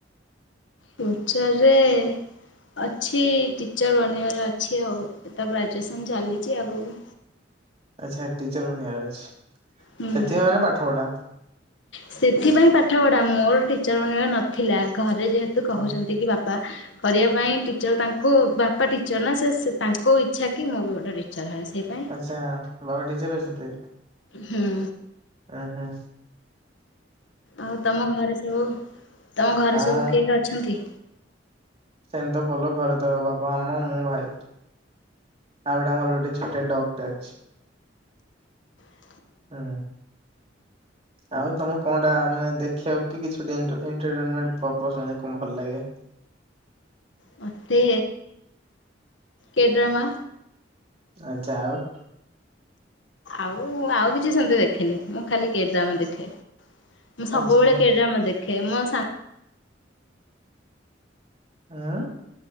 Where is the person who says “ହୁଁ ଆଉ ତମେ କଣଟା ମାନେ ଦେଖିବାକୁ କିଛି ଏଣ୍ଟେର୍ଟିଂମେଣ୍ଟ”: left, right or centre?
Right